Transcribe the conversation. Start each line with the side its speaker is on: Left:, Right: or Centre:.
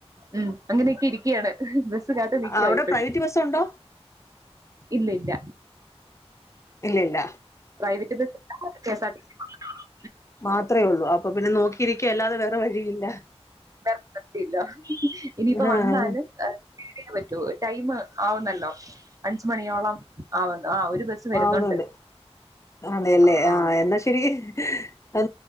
Right: ഉം അങ്ങനെയൊക്കെ ഇരിക്കയാണ് ബസ് കാത്ത് നിക്കുവ
Left: അവിടെ
Right: ഇപ്പോഴും
Left: പ്രൈവറ്റ് ബസ് ഉണ്ടോ
Right: ഇല്ല ഇല്ല
Left: ഇല്ല ഇല്ല
Right: private bus K. S. R. T
Left: മാത്ര ഒള്ളൂ അപ്പൊ പിന്നെ നോക്കിയിരിക്ക അല്ലാതെ വേറെ വഴിയില്ല
Right: ഇറക്കത്തില്ല ഇനിയിപ്പ
Left: ആഹ്
Right: വന്നാലും. റിയ പറ്റോ ടൈം ആവുന്നല്ലോ അഞ്ച് മണിയോളം ആവുന്നു ആ ഒരു ബസ് വരുന്നുണ്ട്
Left: ആവുന്നുണ്ട് അതെയല്ലേ
Right: ആ
Left: ആഹ എന്നാ ശരി അ